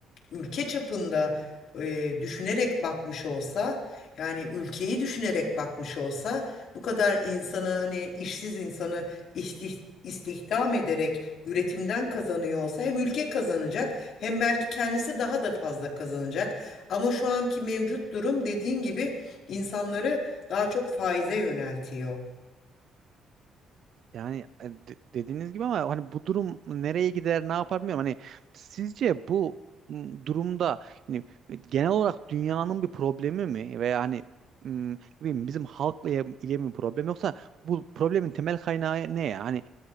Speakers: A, on the left; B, on the right.
A: ülke çapında e, düşünerek bakmış olsa, yani ülkeyi düşünerek bakmış olsa bu kadar insanı hani işsiz insanı istih- istihdam ederek üretimden kazanıyor olsa hem ülke kazanacak hem belki kendisi daha da fazla kazanacak. Ama şu anki mevcut durum dediğin gibi insanları daha çok faize yöneltiyor.
B: Yani e, de- dediğiniz gibi ama hani bu durum nereye gider, ne yapar bilmiyorum. Hani sizce bu m, durumda hani e, genel olarak dünyanın bir problemi mi veya hani m, ne bileyim bizim halkla ile ile mi problem yoksa bu problemin temel kaynağı ne ya? Hani